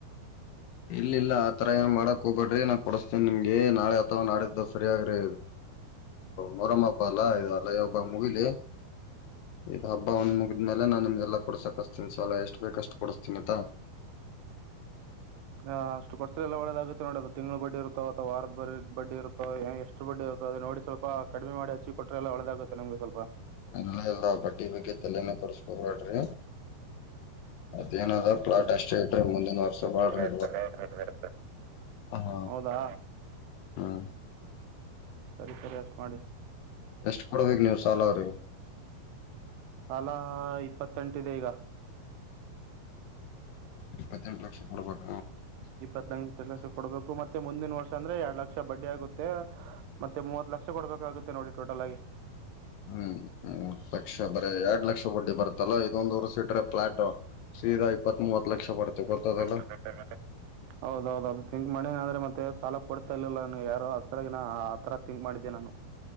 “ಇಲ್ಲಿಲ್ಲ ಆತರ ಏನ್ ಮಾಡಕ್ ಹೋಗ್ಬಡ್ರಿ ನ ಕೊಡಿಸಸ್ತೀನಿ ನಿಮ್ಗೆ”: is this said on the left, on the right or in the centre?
Left